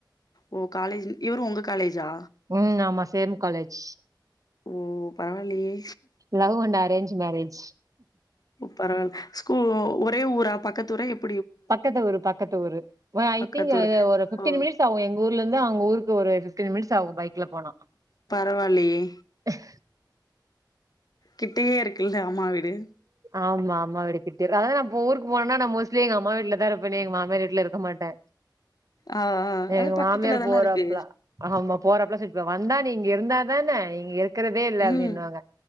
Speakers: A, on the left; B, on the right.
A: ஓ காலேஜ் இவ்ரு உங்க காலேஜ்ஜா
B: உம் ஆமா சேம் காலேஜ்
A: ஓ பரவாயில்லையே
B: லவ் அண்ட் அரேஞ்ச் மேரேஜ்
A: பரவால் ஸ்கூல் ஓ ஒரே ஊரா பக்கத்து ஊர எப்
B: பக்கத்து ஊரு பக்கத்து ஊரு ஓ ஐ
A: பக்கத்து
B: திங் அ
A: ஊரு
B: ஒரு ஃபிப்டீன்
A: ஓ
B: மினிட்ஸ் ஆகு எங் ஊர்ல இருந்து அவ்ங்க ஊருக்கு ஒரு ஃபிப்டீன் மினிட்ஸ் ஆகு பைக்ல போனா
A: பரவா இல்லையே
B: அஹ்
A: கிட்டயே இருக்குல அம்மா வீடு
B: ஆமா ஆமா அம்மா வீடு கிட்டதா அதா நா இப்போ ஊருக்கு போனா நா மோஸ்ட்லி எங்க அம்மா வீட்டுல தா இருப்பேனே எங்க மாமியார் வீட்டுல இருக்க மாட்டே
A: ஆ ஆ அது
B: எங்க
A: பக்கத்துல
B: மாமியாரு
A: தான
B: போறாப்பெப்ல
A: இருக்கு
B: ஆமா ஆமா போறப்பலா திட்டுறாங் வந்தா நீ இங்க இருந்தா தானா நீ இங் இருக் கறதே இல்ல
A: ம்
B: அப்பிடின்னு வாங்க